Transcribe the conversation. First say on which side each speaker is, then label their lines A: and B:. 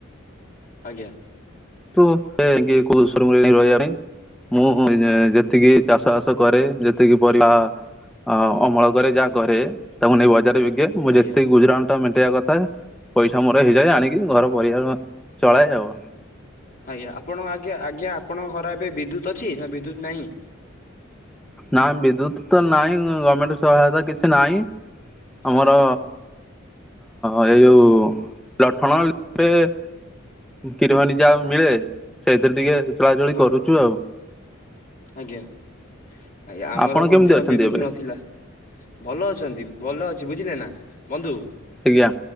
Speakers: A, on the left; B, in the centre.
A: ଆଜ୍ଞା।
B: <unintelligible> ମୁଁ ଯେତିକି ଚାଷ ବାସ କରେ ଯେତିକି ପରିବା ଅ ଅମଳ କରେ ଯାହା କରେ ତାକୁ ନେଇ ବଜାରରେ ବିକି ଦିଏ। ମୁଁ
A: ଆଜ୍ଞା
B: ଯେତିକି ଗୁଜୁରାଣ ମେଣ୍ଟେଇବା କଥା ପଇସା ମୋର ହେଇଯାଏ ଆଣିକି ଘର ପରିବାର ଚଳାଏ ଆଉ।
A: ଆଜ୍ଞା ଆପଣଙ୍କ ଆ ଆଜ୍ଞା ଆପଣଙ୍କ ଘରେ ଏବେ ବିଦ୍ୟୁତ ଅଛି ନା ବିଦ୍ୟୁତ ନାହିଁ।
B: ନାଁ ବିଦ୍ୟୁତ ତ ନାଇଁ ଗମେଣ୍ଟ ସହାୟତା କିଛି ନାହିଁ। ଆମର
A: ଆଜ୍ଞା
B: ଏଇ ଯଉ ଲଠଣ ଏବେ <unintelligible> ଯାହା ମିଳେ ସେଇଥିରେ ଟିକେ ଚଳାଚଳି
A: ହଁ
B: କରୁଚୁ ଆଉ।
A: ଆଜ୍ଞା ଆଜ୍ଞା ଆମର
B: ଆପଣ
A: ମଧ୍ୟ
B: କେମିତି ଅଛନ୍ତି
A: ବିଦ୍ୟୁତ
B: ଏବେ
A: ନଥିଲା। ଭଲ ଅଛନ୍ତି ଭଲ ଅଛି ବୁଝିଲେ ନା ବନ୍ଧୁ
B: ଆଜ୍ଞା